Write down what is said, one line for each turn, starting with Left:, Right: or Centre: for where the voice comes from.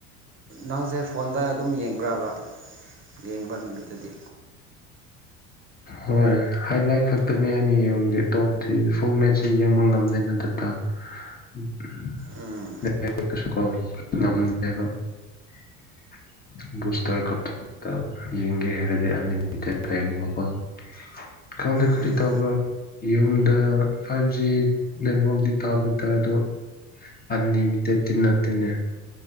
Right: ꯅꯪꯁꯦ ꯐꯣꯟꯗ ꯑꯗꯨꯝ ꯌꯦꯡꯕ꯭ꯔꯕ ꯌꯦꯡꯕ ꯅꯨꯃꯤꯠꯇꯗꯤ
Left: ꯍꯣꯏ ꯍꯥꯏꯂꯥꯏꯠ ꯈꯛꯇꯅꯦ ꯑꯩꯅ ꯌꯦꯡꯕꯗꯤ ꯑꯇꯣꯞꯄꯗꯤ ꯐꯨꯜ ꯃꯦꯠꯁꯤ ꯌꯦꯡꯕ ꯉꯝꯗꯦꯅ ꯗꯇꯥ <unintelligible>
Right: ꯎꯝ
Left: ꯁꯨ ꯀꫭ ꯉꯝꯗꯦꯗ <unintelligible> ꯕꯨꯁꯇꯔ ꯀꯥꯄꯛꯄ‌ ꯇꯥꯕ ꯌꯦꯡꯒꯦ ꯍꯥꯏꯔꯗꯤ ꯑꯟꯂꯤꯃꯤꯇꯦꯠ <unintelligible> ꯈꯪꯗꯦ ꯀꯔꯤ
Right: ꯎꯝ
Left: ꯇꯧꯕ꯭ꯔ ꯌꯨꯝꯗ ꯐꯥꯏꯞꯖꯤ ꯅꯦꯠꯋꯔꯥꯛꯇꯤ ꯇꯥꯞꯗꯤ ꯇꯥꯏ ꯑꯗꯣ ꯑꯟꯅꯤꯃꯤꯇꯦꯠ ꯇꯤ ꯅꯠꯇꯦꯅꯦ